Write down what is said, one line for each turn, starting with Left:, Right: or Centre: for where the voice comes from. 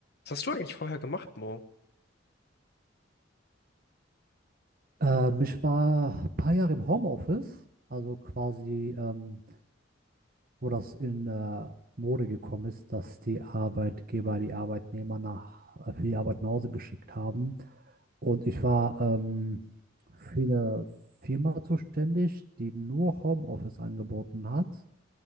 Left: Was hast du eigentlich vorher gemacht, Mo?
Right: Ähm, ich war ein paar Jahre im Homeoffice, also quasi, ähm, wo das in äh, Mode gekommen ist, dass die Arbeitgeber die Arbeitnehmer nach, äh, für die Arbeit nach Hause geschickt haben. Und ich war ähm, für eine Firma zuständig, die nur Homeoffice angeboten hat